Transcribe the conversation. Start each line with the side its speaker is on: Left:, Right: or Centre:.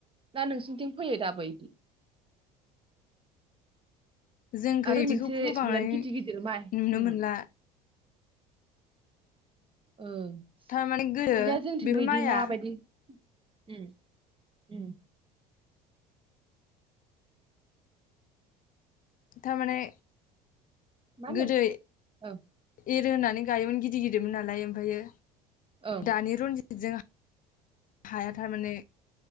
Right: ना नोंसिनिथिं फैयो दाबो इदि?
Left: जोंखै
Right: आरो
Left: बिदिखौ
Right: मोनसे
Left: फोबांनाय
Right: बिराद गिदिर गिदिर माइ दंमोन।
Left: नुनो मोनला
Right: ओं
Left: थारमाने गोदो
Right: बेनोया जोंथिंबो
Left: बेफोर
Right: इदि
Left: माइआ
Right: माबायदि उम उम
Left: थारमाने
Right: मानु
Left: गोदो
Right: औ
Left: एरो होनानै गायोमोन गिदिर गिदिरमोन नालाय ओमफायो।
Right: ओं
Left: दानि रनजित जोंआ हाया थारमाने